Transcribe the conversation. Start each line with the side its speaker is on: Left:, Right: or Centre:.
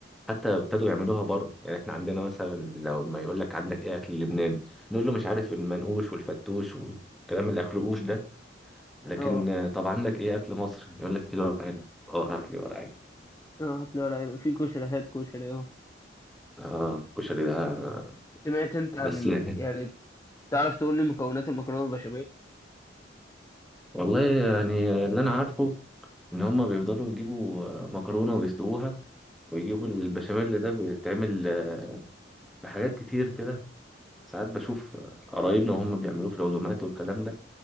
Centre: حتى ابتدوا يعملوها بره يعني احنا عندنا مثلا لو ما يقول لك عندك ايه اكل لبناني نقول له مش عارف المنقوش والفتوش والكلام اللي اخره قوش ده لكن
Left: اه
Centre: آه، طب عندك ايه اكل مصري يقول لك كيلو ورق عنب اه هات لي ورق عنب
Left: اه هات لي ورق عنب في كشري هات كشري اه
Centre: اه الكشري ده آه،
Left: سمعت انت عن
Centre: بس يعني
Left: يعني تعرف تقول لي مكونات المكرونه البشاميل
Centre: والله يعني اللي انا عارفه ان هم بيفضلوا يجيبوا آه، مكرونه ويسلقوها ويجيبوا البشاميل اللي ده بيتعمل آه، بحاجات كتير كده ساعات بشوف آه، قرايبنا وهم بيعملوه في العزومات والكلام ده